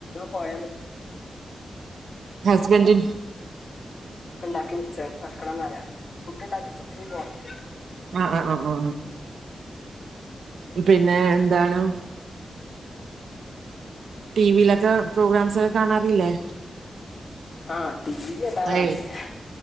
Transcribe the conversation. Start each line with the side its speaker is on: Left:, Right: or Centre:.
Left: പോയാമതി
Right: ഹസ്ബൻഡ്
Left: ഒക്കെ ഉണ്ടാക്കി വെച്ച് വെക്കണം എന്നുപറയ പുട്ട് ഉണ്ടാക്കി വച്ചത്തി പോന്നത്.
Right: അ ആ ആ ആ പിന്നെ എന്താണ് ടി വിയിലൊക്കെ പ്രോഗ്രാംസ് ഒക്കെ കാണാറില്ലേ
Left: ആഹ് ടി വി വല്ലാതെ കാണെല്ലി
Right: ഏയ്
Left: യാ